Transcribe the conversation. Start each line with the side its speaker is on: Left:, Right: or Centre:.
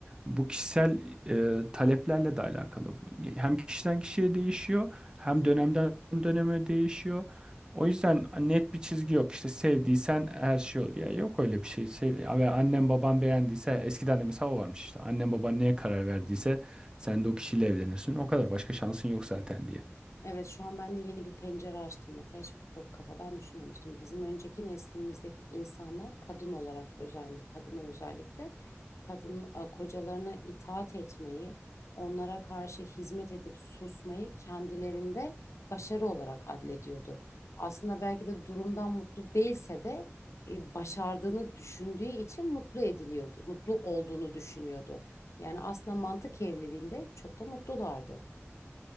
Right: Bu kişisel e, taleplerle de alakalı. Bu Hem kişiden kişiye değişiyor, hem dönemden döneme değişiyor. O yüzden net bir çizgi yok. İşte sevdiysen her şey olur. Ya yok öyle bir şey. Sev ve annem baban beğendiyse eskiden de mesela o varmış işte. Annem baban neye karar verdiyse sen de o kişiyle evlenirsin. O kadar başka şansın yok zaten diye.
Left: Evet şu an ben de yeni bir pencere açtım mesela hiç bu bu kafadan düşünmemiştim. Bizim önceki neslimizdeki insanlar kadın olarak özellikle kadınlar özellikle kadın a, kocalarına itaat etmeyi, onlara karşı hizmet edip susmayı kendilerinde başarı olarak adlediyordu. Aslında belki de durumdan mutlu değilse de e, başardığını düşündüğü için mutlu ediliyordu. Mutlu olduğunu düşünüyordu. Yani aslında mantık evliliğinde çok da mutlulardı.